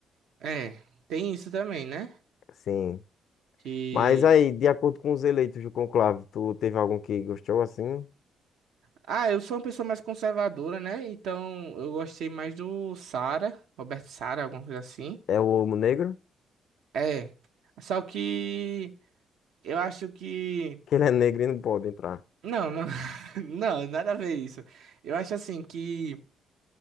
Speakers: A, on the right; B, on the left.
A: É, tem isso também, né?
B: Sim.
A: Que.
B: Mas aí, de acordo com os eleitos do conclave, tu teve algum que gostou assim?
A: Ah, eu sou uma pessoa mais conservadora, né? Então eu gostei mais do Sara, Roberto Sara, alguma coisa assim.
B: É o homo negro?
A: É. Só que eu acho que.
B: Que ele é negro e não pode entrar.
A: Não, não, <laughs> não, nada a ver isso. Eu acho assim que.